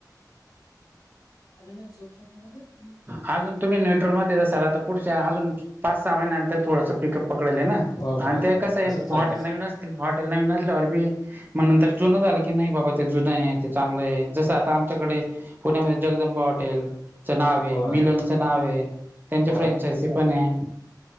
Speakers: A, on the left (about 60°); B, on the right (about 25°).
A: अनण्या झोप झोमध्ये <unintelligible>
B: अजून तुम्ही न्यट्रलमध्ये जासाल आता पुढच्या अजून पाच सहा महिन्यानंतर थोडंसं पिकअप पकडेल हे ना?
A: होय होय
B: आणि ते कसं आहे
A: तसंच
B: हॉटेल
A: चाललंय
B: नवीन असल, हॉटेल नवीन असल्या वर बी मग नंतर जुनं झालं की नाही बाबा ते जुनं आहे ते चांगलं आहे जसं आता आमच्याकडे पुण्यामध्ये जगदंबा हॉटेल च नाव आहे,
A: होय
B: मिलनच नाव आहे त्यांच्या
A: होय
B: फ्रँचायजी पण आहे.